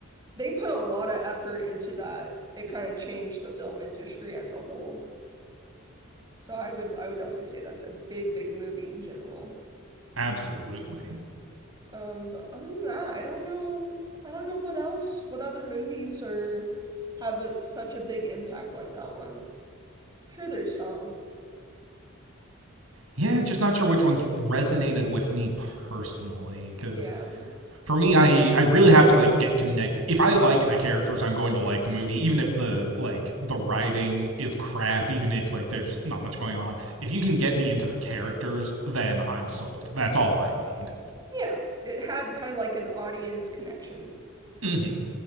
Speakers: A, on the right (about 20°); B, on the right (about 75°).
A: they put a lot of effort into that. It kind of changed the film industry as a whole. So I would I would definitely say that's a big, big movie in general.
B: Absolutely.
A: Um, but other than that, I don't know I don't know what else, what other movies are have a, such a big impact like that one. I'm sure there's some.
B: Yeah, just not sure which ones resonated with me personally because
A: Yeah.
B: for me i i really have to like get connected if i like the characters i'm going to like the movie even if the like the writing is crap even if like there's not much going on if you can get me into the characters then i'm sold that's all i need
A: yeah, it- have kind of like an audience connection.
B: mm-hmm